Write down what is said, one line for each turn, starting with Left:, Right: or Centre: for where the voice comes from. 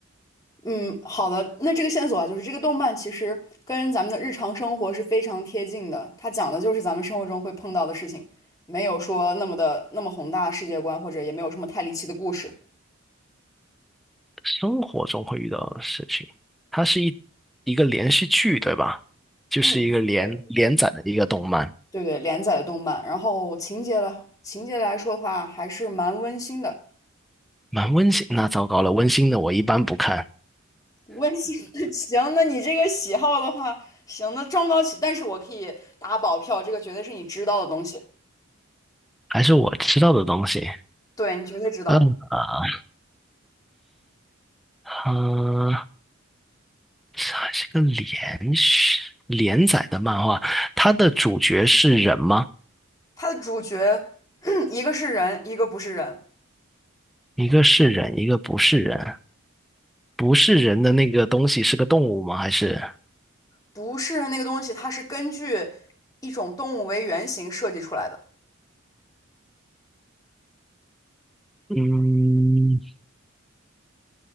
Left: 嗯，好的，那这个线索啊，就是这个动漫其实跟咱们的日常生活是非常贴近的，它讲的就是咱们生活中会碰到的事情，没有说那么的那么宏大的世界观，或者也没有什么太离奇的故事。
Centre: 生活中会遇到的事情，它是一一个连续剧对吧？就是一个连连载的一个动漫，
Left: 嗯，对对对，连载的动漫，然后情节的，情节来说的话还是蛮温馨的。
Centre: 蛮温馨。那糟糕了，温馨的我一般不看，
Left: 温馨的 <laughs> 行，那你这个喜好的话，行，那挣不到起，但是我可以打保票，这个绝对是你知道的东西，
Centre: 还是我知道的东西。
Left: 对，你绝对知道。
Centre: 嗯啊，呃，这还是个连续连载的漫画，它的主角是人吗？
Left: 它的主角 <clears throat> 一个是人，一个不是人，
Centre: 一个是人，一个不是人。不是人的那个东西是个动物吗？还是
Left: 不是人那个东西，它是根据一种动物为原型设计出来的。
Centre: 嗯，